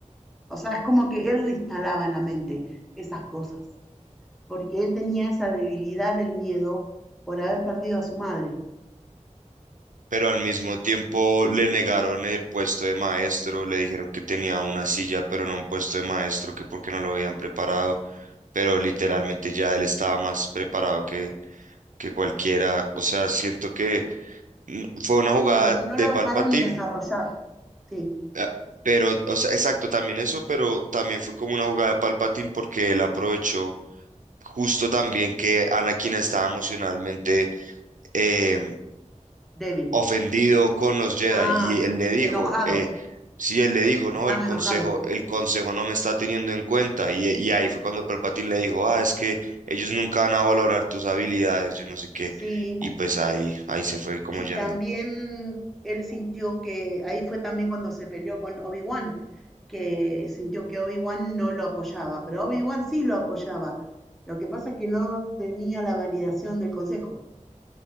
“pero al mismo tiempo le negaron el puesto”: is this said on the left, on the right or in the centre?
Right